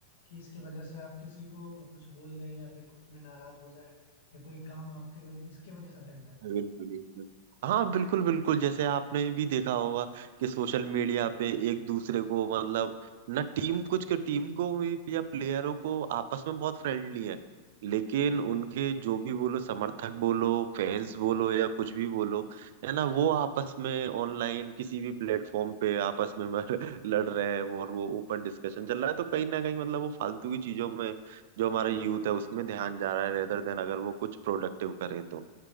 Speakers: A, on the left (about 80°); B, on the right (about 60°).
A: कि इसकी वजह से आप किसी को कुछ बोल दे या फिर खुद में नाराज हो जाए या कोई काम आपके वजह इसके वजह से अटक जाए
B: बिल्कुल बिल्कुल हाँ बिल्कुल बिल्कुल जैसे आपने भी देखा होगा कि सोशल मीडिया पे एक दूसरे को मतलब ना टीम कुछ के टीम को भी या प्लेयरों को आपस में बहुत फ्रेंडली है लेकिन उनके जो भी बोलो समर्थक बोलो फैंस बोलो या कुछ भी बोलो है ना वो आपस में ऑनलाइन किसी भी प्लेटफॉर्म पे आपस में मर- लड़ रहे हैं वो और वो ओपन डिस्कशन चल रहा है तो कहीं ना कहीं मतलब वो फालतू की चीजों में जो हमारा यूथ है उसमें ध्यान जा रहा है रेदर देन अगर वो कुछ प्रोडक्टिव करें तो